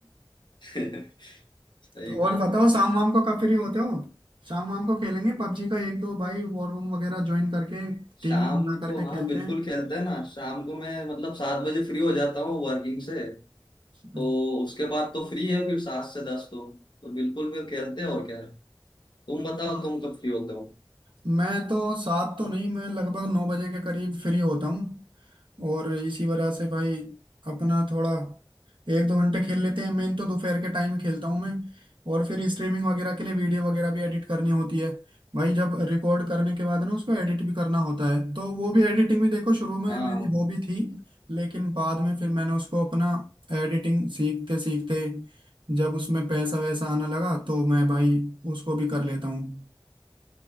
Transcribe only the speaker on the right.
तो
और बताओ
शाम वाम को कब फ्री होते हो शाम वाम को खेलेंगे पबजी का एक दो भाई वॉर रूम वगैरह ज्वाइन करके
टीम भी बना
करके
खेलते
हैं
मैं तो सात तो नहीं मैं लगभग नौ बजे के करीब फ्री होता हूँ और इसी वजह से भाई अपना थोड़ा एक दो घंटे खेल लेते हैं मैं तो दोपहर के टाइम खेलता हूँ मैं और फिर स्ट्रीमिंग वगैरह के लिए वीडियो वगैरह भी एडिट करनी होती है भाई जब रिकॉर्ड करने के बाद ना उसको एडिट भी करना होता है तो वो भी एडिटिंग भी देखो शुरू में
मेरी हॉबी थी लेकिन बाद में फिर मैंने उसको अपना एडिटिंग सीखते सीखते जब उसमें पैसा वैसा आना लगा तो मैं भाई उसको भी कर लेता हूँ